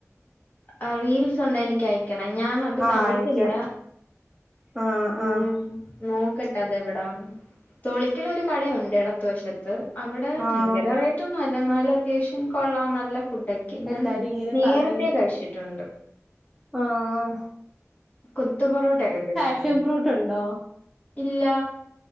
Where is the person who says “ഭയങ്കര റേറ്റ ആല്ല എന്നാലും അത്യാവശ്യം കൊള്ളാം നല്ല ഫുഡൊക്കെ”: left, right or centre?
Left